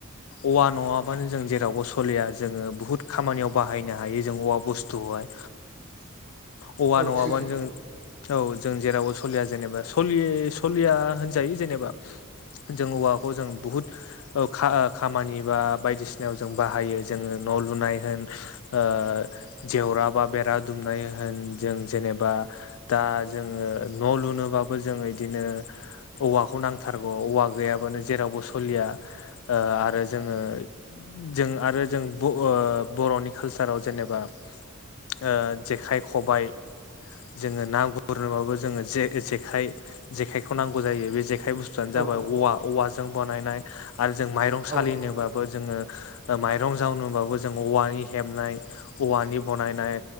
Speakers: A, on the left; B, on the right.
A: औवा नङाबानो जों जेरावबो सलिया जोङो बुहुत खामानियाव बाहायनो हायो जों औवा बुस थुआय
B: <inaudible>
A: औवा
B: औ
A: नङाबानो
B: सैथो
A: जों औ जों जेरावबो सलिया जेनेबा सलि सलिया होनजायो जेनेबा जों औवाखौ जों बुहुत औ खा खामानि बा बायदिसिनायाव जों बाहायो जोङो न' लुनाय होन ओ जेवरा बा बेरा दुमनाय जों जेनेबा दा जोङो न' लुनोबाबो जों इदिनो औवाखौ नांथार गौ अवा गैयाबानो जेरावबो सलिया ओ आरो जोंङो जों आरो जों ब ओ बर'नि कालचाराव जेनेबा ओ जेखाइ खबाय जोङो ना गुरनोबाबो जोङो जेखाय जेखायखौ नांगौ जायो बे जेखाय जाबाय
B: औ
A: औवा औव जों बानायनाय आरो जों माइरं सालिनोबाबो
B: औ
A: जोङो ओ माइरं जावनोबाबो जों औवानि हेबनाय औवानि बनायनाय